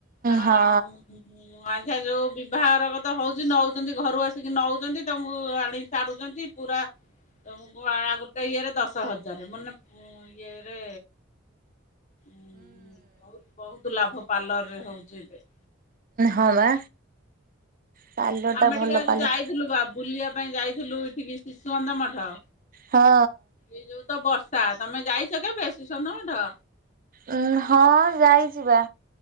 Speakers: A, on the left; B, on the right.
A: କାରଣ
B: ହଁ।
A: ହୁଁ ଆଛା ଯୋଉ ବିଭାଘର କଥା ହଉଛି ନଉଛନ୍ତି ଘରୁ ଆସିକି ନଉଛନ୍ତି ତମକୁ ଆଣି ଛାଡୁଛନ୍ତି ପୁରା ତ ଗୋଟେ ଇଏରେ ଦଶ ହଜାର ମାନେ ଇଏରେ ବହୁତ୍ ବହୁତ୍ ଲାଭ ପାର୍ଲର ରେ ହଉଛି ଏବେ।
B: ହଁ ବା। ପାର୍ଲର ଟା
A: ଆମେ
B: ଭଲ
A: ଟିକେ ଆଜି
B: ପାର୍ଲର
A: ଯାଇଥିଲୁ ବା ବୁଲିବା ପାଇଁ ଯାଇଥିଲୁ ଏଠିକି ଶିଶୁକନ୍ଧ ମଠ।
B: ହଁ।
A: ଏଇ ଯୋଉ ତ ବର୍ଷା ତମେ ଯାଇଛ କେବେ ଶିଶୁକନ୍ଧ ମଠ?
B: ଉ ହଁ ଯାଇଛି ବା